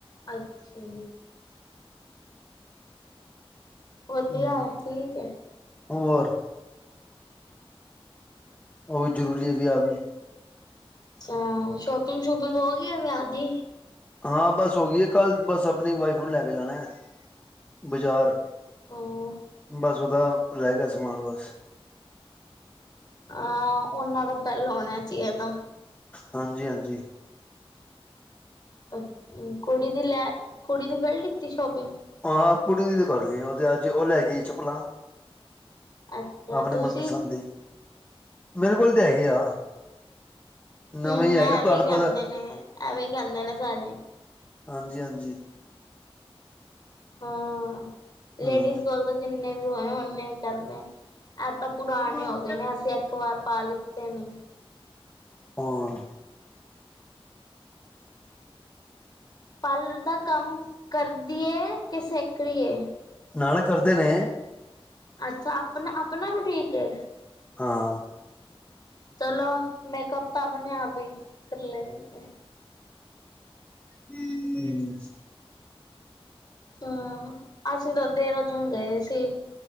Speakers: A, on the left; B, on the left.
A: ਅੱਛਾ। ਵਧੀਆ
B: ਹੂੰ
A: ਹੈ, ਠੀਕ ਹੈ।
B: ਹੋਰ। ਉਹ ਵੀ ਜ਼ਰੂਰੀ ਹੈ, ਵੀ ਆਹ ਵੀ।
A: ਅੱਛਾ! ਸ਼ੋਪਿੰਗ-ਸ਼ੂਪਿੰਗ ਹੋ ਗਈ ਐ ਵਿਆਹ ਦੀ।
B: ਹਾਂ, ਬਸ ਹੋ ਗਈ ਹੈ ਕਲ, ਬਸ ਆਪਣੀ ਵਾਈਫ ਨੂੰ ਲੈਕੇ ਜਾਣਾ ਹੈ ਬਜ਼ਾਰ।
A: ਹਾਂ
B: ਬਸ ਉਹਦਾ ਰਹਿ ਗਿਆ, ਸਮਾਨ ਬਸ।
A: ਆਂ, ਉਹਨਾਂ ਦਾ ਪਹਿਲਾ ਹੋਣਾ'ਚ ਏਦਾਂ
B: ਹਾਂਜੀ-ਹਾਂਜੀ।
A: ਅ ਕੁੜੀ ਦੀ ਲੈ। ਕੁੜੀ ਦੀ ਫਿਰ ਲਿੱਤੀ ਸ਼ੋਪਿੰਗ।
B: ਹਾਂ, ਪੁੜੀ ਦੀ ਗੱਲ ਹੈ, ਅੱਜ ਓ ਲੈਗੀ ਚਪਲਾਂ।
A: ਅੱਛਾ
B: ਆਪਣੇ
A: ਤੁਸੀਂ
B: ਮਨਪਸੰਦ ਦੀ। ਮੇਰੇ ਕੋਲ ਤਾ, ਹੈਗੇ ਆ। ਨਵੇਂ
A: ਮੈਂ,
B: ਹੀ ਹੈਗੇ
A: ਐਵੇਂ
B: ਤੁਹਾਨੂੰ
A: ਕਹਿੰਦੇ
B: ਪਤਾ
A: ਨੇ, ਐਵੇਂ ਕਹਿੰਦੇ ਨੇ ਸਾਰੇ।
B: ਹਾਂਜੀ-ਹਾਂਜੀ।
A: ਹਾਂ,
B: ਹੂੰ
A: ਲੇਡੀਜ਼ ਕੋਲ ਤਾਂ ਜਿੰਨੇ ਵੀ ਹੋਏ, ਓਨੇ ਹੀ ਕਹਿੰਦੇ। ਐ, ਤਾਂ ਪੁਰਾਣੇ
B: ਹਾਂ
A: ਹੋ ਗਏ ਨੇ, ਅਸੀਂ ਇੱਕ ਵਾਰ ਪਾ ਲਿੱਤੇ ਨੇ।
B: ਹਾਂ।
A: ਪਾਲਰ ਦਾ ਕੰਮ ਕਰਦੀ ਏ, ਕਿ ਸਿਖਰੀ ਏ?
B: ਨਾਲ ਕਰਦੇ ਨੇ।
A: ਅੱਛਾ, ਆਪਨਾ-ਆਪਣਾ ਬੂਟੀਕ ਹੇ?
B: ਹਾਂ।
A: ਚਲੋ, ਮੇਕਅਪ ਤਾਂ ਆਪਣੇ ਆਪ ਹੀ ਕਰ ਲੇਂਦੇ।
B: ਹੂੰ, ਹੂੰ।
A: ਹਾਂ, ਅਸੀਂ ਤਾਂ ਦੇਹਰਾਦੂਨ ਗਏ ਸੀ,